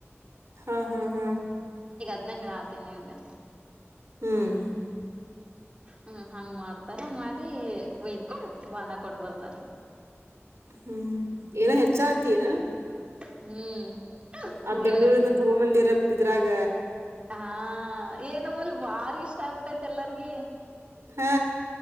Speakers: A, on the right; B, on the right.
A: ಹಾ ಹಾ ಹಾ
B: ಎ ಡಾತನನೆಗೆ
A: ಹ್ಮ್
B: ಹ್ಮ್ ಹಂಗ್ ಮಾಡ್ತಾರ ಮಾಡಿ ಒಯ್ದಕೊಂಡ ಬಾನ ಕೊಟ್ ಬರ್ತಾರ.
A: ಹ್ಮ್ ಏನ ಹೆಚ್ಚ ಆತ ನ
B: ಹ್ಮ್
A: ಅದ್
B: ಉಳ್ಳಾಗಡ್ಡಿ
A: ಬೆಂಗ್ಗಳೂರಿಂದ ತಗೋ ಮಂದಿರತ್ತತ್. ಇದದುರಾಗ
B: ಹಾ ಏನಮ್ಮಲ್ ಬಾರಿ ಇಷ್ಟ ಆಗ್ಬಿಟ್ಟೈತ್ ಎಲ್ಲಾರ್ಗಿ.
A: ಹಾ